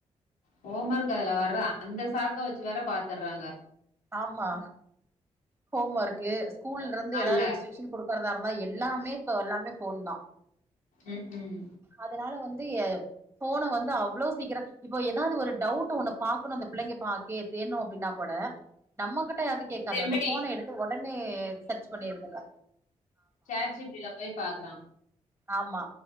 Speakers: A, on the left; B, on the right.
A: ஹோம்ஒர்க் அதுல வர்ர அந்த சாக்க வச்சு வேற பாத்தற்றாங்க
B: ஆமா ஹோம் ஒர்க்கு ஸ்கூல்லருந்து
A: அல்ல
B: எதாது இன்ஸ்ட்ரக்ஷன் குடுக்கறதா இருந்தா எல்லாமே இப்ப எல்லாமே ஃபோன் தா
A: ம் ம்
B: அதனால வந்து ஏ ஃபோன வந்து அவ்ளோ சீக்கிர இப்போ எதாது ஒரு டவுட் ஒன்ன பாக்கணு அந்த பிள்ளைங்க பாக் கே வேணு அப்டினா கூட நம்மகிட்ட அதுக் கேக்காது
A: ஜெமினி
B: அந்த ஃபோன எடுத்து ஒடனே சர்ச் பண்ணிடுதுங்க
A: சேட் ஜி பி டில போய் பாக்கறா
B: ஆமா